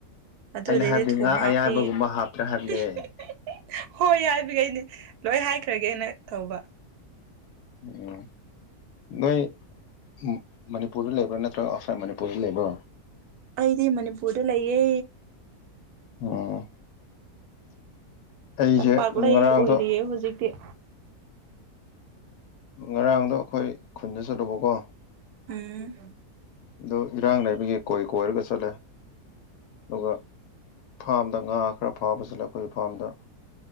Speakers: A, on the right; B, on the left.
A: ꯑꯗꯨꯗꯩꯗꯤ
B: ꯑꯩꯅ ꯍꯥꯏꯕꯗꯤ
A: ꯊꯨꯝ
B: ꯉꯥ
A: ꯍꯥꯞꯄꯤ
B: ꯑꯌꯥꯏꯕꯒꯨꯝꯕ ꯍꯥꯞꯇ꯭ꯔꯥ ꯍꯥꯏꯕꯅꯦ
A: ꯍꯤꯍꯤ ꯍꯤ ꯍꯤ ꯍꯣꯏ ꯍꯥꯏꯕꯒꯤ ꯂꯣꯏ ꯍꯥꯏꯈ꯭ꯔꯒꯦꯅ ꯇꯧꯕ
B: ꯎꯝ ꯅꯣꯏ ꯃ ꯃꯅꯤꯄꯨꯔꯗ ꯂꯩꯕ꯭ꯔꯥ ꯅꯠꯇ꯭ꯔꯒ ꯑꯥꯎꯠꯁꯥꯏꯠ ꯃꯅꯤꯄꯨꯔꯗ ꯂꯩꯕ꯭ꯔꯣ
A: ꯑꯩꯗꯤ ꯃꯅꯤꯄꯨꯔꯗ ꯂꯩꯌꯦ
B: ꯑꯣ ꯑꯩꯁꯦ
A: ꯇꯝꯄꯥꯛꯂꯩ
B: ꯉꯔꯥꯡꯗꯣ
A: ꯑꯣꯏꯔꯤꯌꯦ ꯍꯧꯖꯤꯛꯇꯤ
B: ꯉꯔꯥꯡꯗꯣ ꯑꯩꯈꯣꯏ ꯈꯨꯟꯗ ꯆꯠꯂꯨꯕꯀꯣ
A: ꯎꯨꯝ
B: ꯑꯗꯣ ꯏꯔꯥꯡ ꯂꯩꯕꯒꯤ ꯀꯣꯏ ꯀꯣꯏꯔꯒ ꯆꯠꯂꯦ ꯗꯨꯒ ꯐꯥꯝꯗ ꯉꯥ ꯈꯔ ꯐꯥꯕ ꯆꯠꯂꯦ ꯑꯩꯈꯣꯏ ꯐꯥꯝꯗ